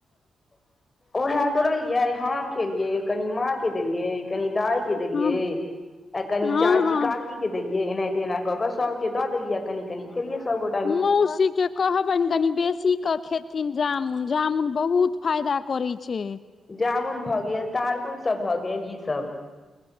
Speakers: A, on the left; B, on the left.
A: ओहै तोड़लियै हम खेलियै कनि माँ के देलियै कनि दाइ की देलियै
B: हँ
A: आ कनि
B: हँ
A: चाची
B: हँ
A: की के देलियै एनाहिते एना कऽ कऽ सबके दऽ देलियै या कनिक कनि खेलियै सब गो
B: मौसी के कहबनि कनि बेसी के खेथिन जामुन जामुन बहुत फायदा करै छै
A: जामुन भऽ गेल तारकुनसभ भऽ गेल ईसभ